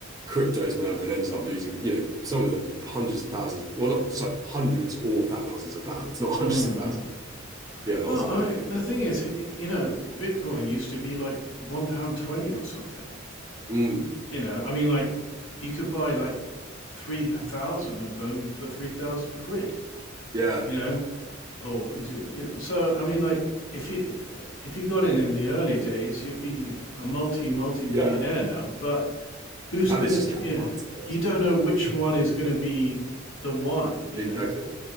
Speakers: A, on the right; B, on the left.
A: cryptos and whatever, and ended up losing, you know, some of them hundreds of thousands, well, not sorry, hundreds or thousands of pounds, not <laughs>
B: mm.
A: hundreds of thousands. Yeah, lots
B: Well,
A: of
B: I
A: money.
B: mean, the thing is, you know, Bitcoin used to be like one pound twenty or something.
A: Mm,
B: You know, I mean, like you could buy like three thousand of them for three thousand quid.
A: yeah,
B: You know, or it- you know, so I mean, like if you if you got in in the early days, you'd be a multi multi millionaire
A: yeah.
B: now. But who's
A: That
B: gonna?
A: is just cat
B: You know,
A: mindset.
B: you don't know which one is gonna be the one.
A: <laughs>
B: You
A: exactly.
B: know.